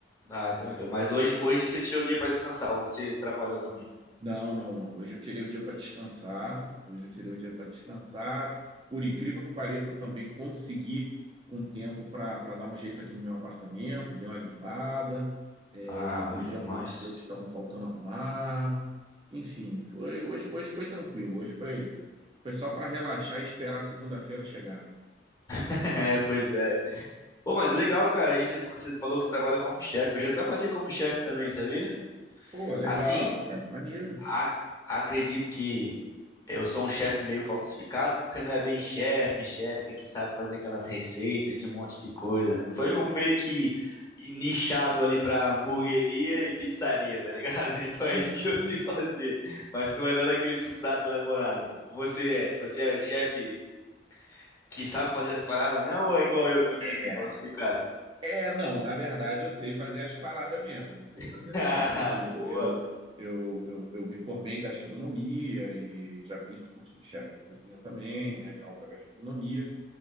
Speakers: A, on the left; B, on the right.
A: Ah, tranquilo. Mas hoje, hoje você tirou o dia pra descansar, ou você trabalhou também?
B: Não, não, não. Hoje eu tirei o dia para descansar. Hoje eu tirei o dia para descansar. Por incrível que pareça, também consegui um tempo para para dar um jeito aqui no meu apartamento, dei uma limpada, é,
A: Ah,
B: arrumei
A: bom demais.
B: algumas coisas que estavam faltando arrumar. Enfim, foi hoje, hoje foi tranquilo. Hoje foi foi só para relaxar e esperar a segunda-feira chegar.
A: <laughs> É, pois é. Pô, mas legal, cara. Aí você, você falou que trabalha como chefe. Eu já trabalhei como chefe também, sabia?
B: Pô, legal,
A: Assim,
B: cara, maneiro.
A: a- acredito que Eu sou um chefe meio falsificado, porque não é bem chefe, chefe que sabe fazer aquelas receitas de um monte de coisa, né? Foi um meio que nichado ali pra hamburgueria e pizzaria, tá ligado? <laughs> Então é
B: Sim.
A: isso que eu sei fazer, mas não é nada aquele prato elaborado. Você é, você é o chefe que sabe fazer as paradas mesmo ou é igual eu também,
B: é.
A: assim, falsificado?
B: É, não, na verdade eu sei fazer as paradas mesmo, eu sei
A: <laughs>
B: fazer as paradas
A: Ah,
B: mesmo.
A: boa.
B: Eu, eu, eu, eu me formei em gastronomia e já fiz curso de chefe de cozinha também, né, de alta gastronomia.